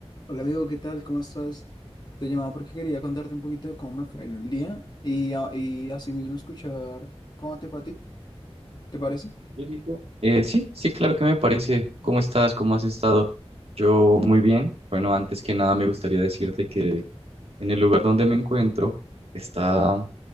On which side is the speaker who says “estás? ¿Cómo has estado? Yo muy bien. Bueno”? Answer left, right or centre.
Right